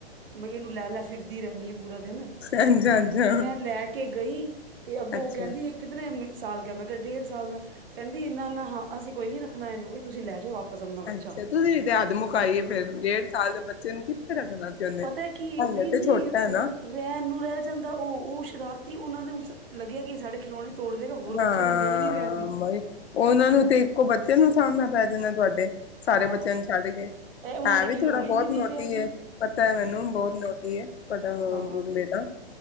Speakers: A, on the right; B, on the left.
A: ਬਈ ਇਨੂੰ ਲੈ- ਲੈ ਫਿਰਦੀ ਰੈਣੀ ਏ। ਪੂਰਾ ਦਿਨ,
B: ਅੱਛਾ ਅੱਛਾ
A: ਮੈਂ ਲੈ ਕੇ ਗਈ, ਤੇ ਅੱਗੋਂ
B: ਅੱਛਾ
A: ਓਹ ਕੈੰਦੀ ਏ ਕਿਤਨੇ ਸਾਲ ਕਾ ਹੈ? ਮੈਂ ਕਿਹਾ ਡੇਢ ਸਾਲ ਦਾ ਕੈੰਦੀ ਨਾ ਨਾ। ਹਾਂ, ਅਸੀਂ ਕੋਈ ਨੀ ਰੱਖਣਾ ਐਨੂੰ ਬਈ ਤੁਸੀਂ ਲੈ ਜੋ ਵਾਪਸ ਅਪਣਾ ਬੱਚਾ।
B: ਅੱਛਾ ਤੁਸੀਂ ਤੇ ਹੱਦ ਮੁਕਾਈ ਏ ਫੇਰ ਡੇਢ ਸਾਲ ਦੇ ਬੱਚੇ ਨੂੰ ਕਿੱਥੇ ਰੱਖਣਾ ਸੀ ਉਹਨੇ
A: ਪਤਾ ਕਿ
B: ਹਾਲੇ
A: ਨਹੀਂ-
B: ਤੇ
A: ਨਹੀਂ
B: ਛੋਟਾ ਹੈ ਨਾ
A: ਰੈਣ ਨੂੰ ਰੈ ਜਾਂਦਾ ਔ। ਔ ਸ਼ਰਾਰਤੀ ਏ ਓਨਾਂ ਦੇ ਉਸ। ਲੱਗਿਆ ਕਿ ਏ ਸਾਡੇ ਖਿਲੌਣੇ? ਤੋੜ ਦੇਗਾ ਹੋਰ ਬੱਚਿਆਂ
B: ਹਾਂ,
A: ਨੂੰ ਦੇ ਹੀ ਨੀ ਰਿਹਾ ਸੀ
B: ਓਈ ਓਹਨਾਂ ਨੂੰ ਤੇ ਇੱਕੋ ਬੱਚੇ ਨੂੰ ਸਾਂਭਣਾ ਪੈ ਜਾਂਣਾ ਤੁਹਾਡੇ। ਸਾਰੇ
A: ਆਹੋ
B: ਬੱਚਿਆਂ ਨੂੰ ਛੱਡ ਕੇ
A: ਇਹ ਉਹਨਾਂ
B: ਹੈ
A: ਦੇ
B: ਵੀ
A: ਖਿਲੌਣੇ
B: ਥੋੜਾ ਬਹੁਤ
A: ਨੀ ਦੇ
B: ਨੋਟੀ
A: ਰਿਹਾ ਸੀ
B: ਹੈ, ਪਤਾ ਹੈ ਮੈਨੂੰ ਬਹੁਤ ਨੋਟੀ ਹੈ, ਤੁਹਾਡਾ
A: ਹਾਂ
B: ਬੇਟਾ।